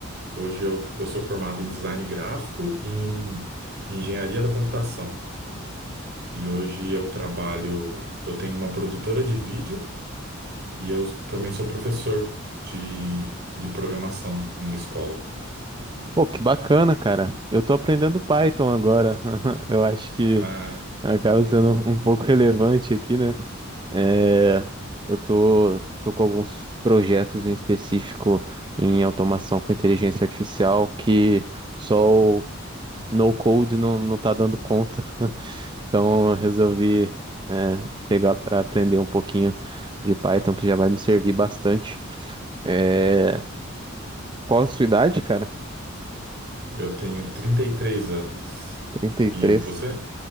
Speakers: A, on the right; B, on the right.
A: Hoje eu, eu sou formado em design gráfico e em engenharia da computação. E hoje eu trabalho, eu tenho uma produtora de vídeo e eu também sou professor de, de programação em uma escola.
B: Pô, que bacana, cara. Eu tô aprendendo Python agora. <laughs> Eu acho que
A: Ah,
B: acaba sendo um pouco relevante aqui, né? É, eu tô, tô com alguns projetos em específico em automação com inteligência artificial que só o no-code não, não tá dando conta. Então, eu resolvi, é, pegar para aprender um pouquinho de Python, que já vai me servir bastante. É, Qual a sua idade, cara?
A: eu tenho 33 anos.
B: Trinta e
A: E
B: três.
A: você?